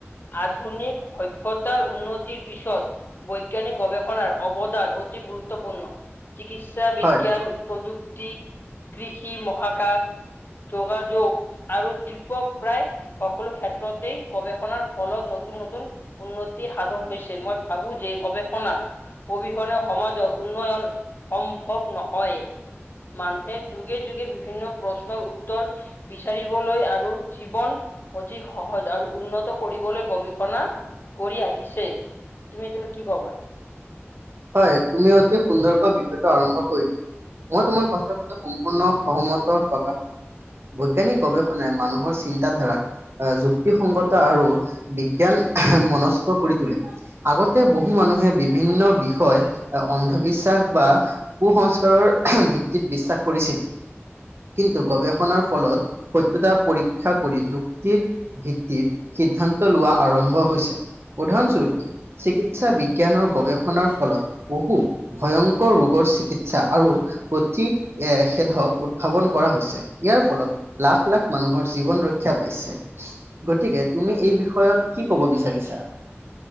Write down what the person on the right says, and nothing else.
হয়,
হয় তুমি অতি সুন্দৰকৈ বিষয়টো আৰম্ভ কৰিলা মই তোমাৰ কথাৰ ভিতৰত সম্পূৰ্ণ সহমত প্ৰকাশ কৰো। বৈজ্ঞানিক গৱেষণাই মানুহৰ চিন্তাধাৰাক এ যুক্তিসংগতা আৰু বিজ্ঞান মনস্ক কৰি তোলে। আগতে বহু মানুহে বিভিন্ন বি বিষয় অন্ধবিশ্বাস বা কুসস্কাৰৰ ভিত্তিত বিশ্বাস কৰিছিল। কিন্তু গৱেষণাৰ ফলত সত্যতা পৰীক্ষা কৰি যুক্তিৰ ভিত্তিত সিদ্ধান্ত লোৱা আৰম্ভ হৈছে, উদাহৰণস্বৰূপে চিকিৎসা বিজ্ঞানৰ গৱেষণাৰ ফলত বহু ভয়ংকৰ ৰোগৰ চিকিৎসা আৰু প্ৰতি এ সেধক থাপন কৰা হৈছে, ইয়াৰ ফলত লাখ লাখ মানুহৰ জীৱন ৰক্ষা পাইছে। গতিকে তুমি এই বিষয়ত কি কব বিচাৰিছা?